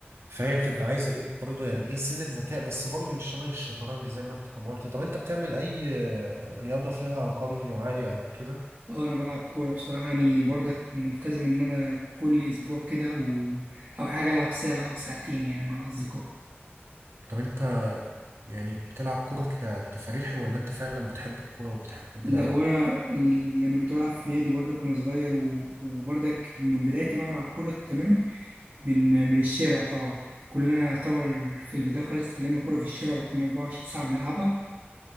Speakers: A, on the right; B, on the right.
A: فهي بتبقى عايزة ايه برضه يعني ايه سنة ذكاء بس برضه مش شبه الشطرنج زي ما انت ما قلت طب انت بتعمل اي رياضة فيها كارديو عالي او كده
B: اه انا بلعب كوره بصراحه يعني برضك ملتزم ان انا كل اسبوع كده او او حاجه العب ساعه او ساعتين يعني مع الاصدقاء
A: طب انت يعني بتلعب كرة كتفريحي ولا انت فعلا بتحب الكرة وبتحب
B: لا
A: لعبها؟
B: وانا اللي انا كنت بلعب في نادي برضك وانا صغير و- وبرضك من بدايتي بقى مع الكوره تماما من من الشارع طبعا كلنا يعتبر في البدايه خالص اتعلمنا كوره في الشارع وكنا 24 ساعه بنلعبها